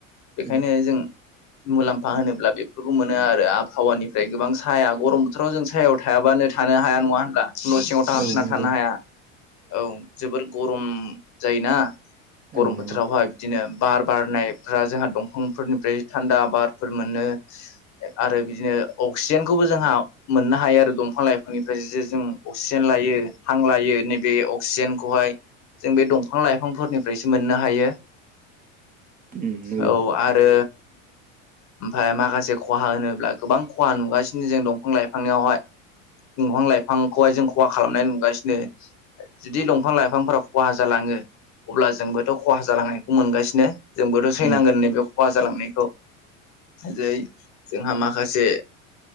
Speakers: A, on the left; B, on the right.
A: बेखायनो
B: उम
A: जों मुलाम्फा होनोब्ला बेफोरखौ मोनो आरो आबहावानिफ्राय गोबां साया गरम बोथोराव जों सायाव थायाबानो थानो हाया नङा होनब्ला न' सिङाव था हाबफिनना
B: औ नंगौ
A: थानो हाया औ। जोबोर गरम जायोना गरम
B: औ नंगौ
A: बोथोरावहाय बिदिनो बार बारनायफोरा जोंहा दंफांफोरनिफ्राय थान्दा बारफोर मोनो आरो बिदिनो अक्सिजेनखौबो जोंहा मोननो हायो आरो दंफां लाइफांनिफ्राय जे जों अक्सिजेन लायो हां लायो नैबे अक्सिजेनखौहायो जों बे दंफां लाइफांफोरनिफ्रायसो मोननो हायो।
B: उम नंगौ
A: औ आरो। ओमफ्राय माखासे खहा होनोब्ला गोबां खहा नुगासिनो जों दंफां लाइफांनियावहायो दंफां लाइफांखौहाय जों खहा खालामनाय नुगासिनो। जुदि दंफां लाइफांफोरा खहा जालाङो अब्ला जोंबोथ' खहा जालांनायखौ मोनगासिनो जोंबोथ' थैनांगोन
B: उम
A: नैबे खहा जालांनायखौ जै जोंहा माखासे।